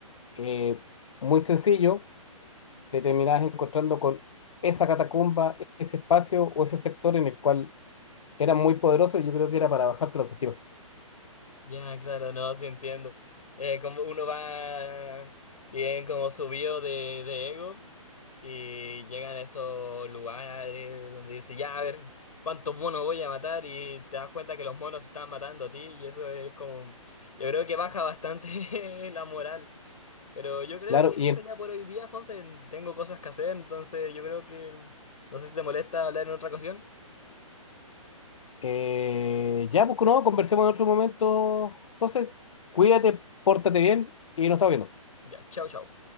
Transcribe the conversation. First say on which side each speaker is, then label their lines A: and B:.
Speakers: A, on the left; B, on the left.
A: eh, muy sencillo, te terminabas encontrando con esa catacumba, ese espacio o ese sector en el cual era muy poderoso y yo creo que era para bajarte la autoestima.
B: Ya, claro, no, sí entiendo. Eh, como uno va bien como subido de, de ego. Y llegan a esos lugares donde dice, ya, a ver, ¿cuántos monos voy a matar? Y te das cuenta que los monos están matando a ti y eso es como... Yo creo que baja bastante <laughs> la moral. Pero yo creo
A: Claro,
B: que eso
A: y en
B: sería por hoy día, José. Tengo cosas que hacer, entonces yo creo que... No sé si te molesta hablar en otra ocasión.
A: Eh, ya, pues no, conversemos en otro momento, José. Cuídate, pórtate bien y nos estamos viendo.
B: Ya, chao, chao.